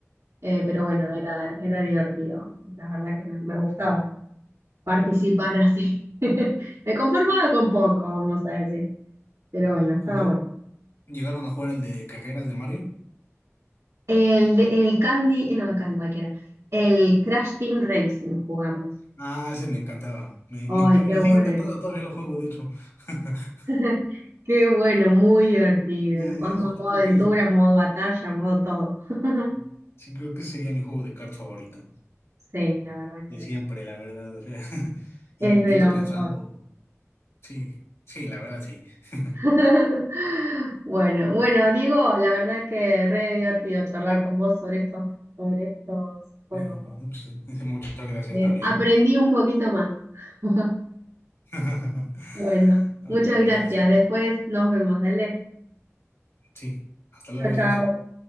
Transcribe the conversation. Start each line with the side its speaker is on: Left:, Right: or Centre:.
Right: Eh, pero bueno, era, era divertido, la verdad que me, me gustaba
Left: <laughs>
Right: participar así. <laughs> Me conformaba con poco, vamos a decir. Pero bueno, estaba
Left: Juga-
Right: bueno.
Left: ¿Llegaron a jugar el de carreras de Mario?
Right: El, el Candy, eh, no, el Candy cualquiera. El Crash Team Racing jugamos.
Left: Ah, ese me encantaba. Me,
Right: Ay,
Left: me enca-
Right: qué
Left: me
Right: bueno.
Left: sigue encantando, todavía lo juego, de hecho. <laughs>
Right: <laughs> Qué bueno, muy divertido.
Left: Y Es-
Right: Lo jugamos en modo
Left: creo
Right: aventura,
Left: que,
Right: modo batalla, modo todo. <laughs>
Left: sí, creo que sería mi juego de cartas favorito.
Right: Sí, la verdad que
Left: De siempre, la verdad. o sea, <laughs> intento
Right: es de lo
Left: pensarlo.
Right: mejor.
Left: Sí, sí, la verdad, sí. <laughs>
Right: <laughs> Bueno, bueno, Diego, la verdad que re divertido charlar con vos sobre estos, sobre estos juegos.
Left: Pero Muchas,
Right: porque
Left: muchas gracias
Right: me-
Left: también.
Right: aprendí un poquito más. <laughs>
Left: <laughs>
Right: Bueno,
Left: Bueno,
Right: muchas gracias.
Left: gracias.
Right: Después nos vemos, dale.
Left: Sí, hasta
Right: Chao,
Left: luego,
Right: chao.
Left: adiós.